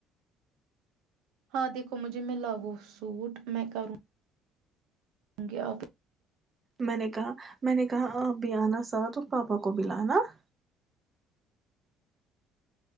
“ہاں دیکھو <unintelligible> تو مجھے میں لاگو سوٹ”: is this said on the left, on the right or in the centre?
Right